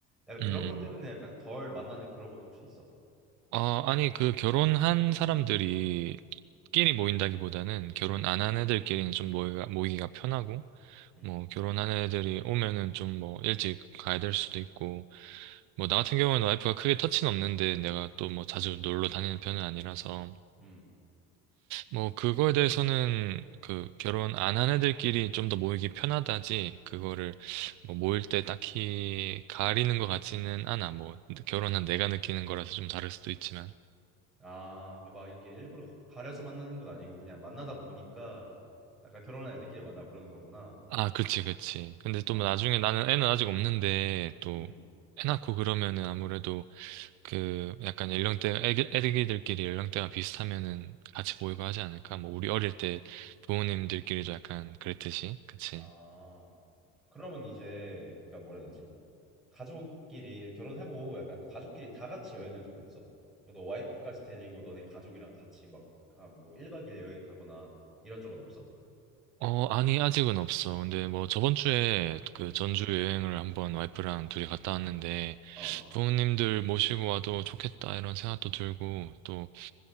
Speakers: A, in the centre; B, on the right (about 70°).
A: 약간 그런
B: 음, 음.
A: 것 때문에 약간 덜 만나는 그런 것도 혹시 있어?
B: 어, 아니, 그 결혼한 사람들이 끼리 모인다기보다는 결혼
A: 음,
B: 안 한 애들끼리는 좀 모이기가, 모이기가 편하고
A: 음,
B: 뭐 결혼한 애들이 오면은 좀 뭐 일찍 가야 될 수도 있고 뭐 나 같은 경우는 와이프가 크게 터치는 없는데 내가 또 뭐 자주 놀러 다니는 편은 아니라서
A: 음.
B: 뭐 그거에 대해서는 그 결혼 안 한 애들끼리 좀 더 모이기 편하다지 그거를 뭐 모일 때 딱히 가리는 것 같지는 않아 뭐 결혼한 내가 느끼는 거라서 좀 다를 수도 있지만
A: 아, 그러니까 막 이렇게 일부러 가- 가려서 만나는 건 아니고 그냥 만나다 보니까 약간 결혼한 애들끼리 만나고 그러는 거구나.
B: 아 그치 그치 근데
A: 어,
B: 또뭐 나중에 나는 애는 아직 없는데 또
A: 음.
B: 애 낳고 그러면은 아무래도 그 약간 연령대 애기, 애기들끼리 연령대가 비슷하면은 같이 모이고 하지 않을까? 뭐 우리 어릴 때 부모님들끼리도 약간 그랬듯이, 그치?
A: 아, 그러면 이제, 그니까 뭐라 해야 되지? 가족끼리 결혼하고 약간 가족끼리 다 같이 여행 간 적도 있어? 너 와이프까지 데리고 너네 가족이랑 같이 막, 한뭐 1박 2일 여행 가거나 이런 적은 없어?
B: 어, 아니 아직은 없어. 근데 뭐 저번 주에 그
A: 음,
B: 전주 여행을 한번 와이프랑 둘이 갔다 왔는데
A: 어.
B: 부모님들 모시고 와도 좋겠다 이런 생각도 들고 또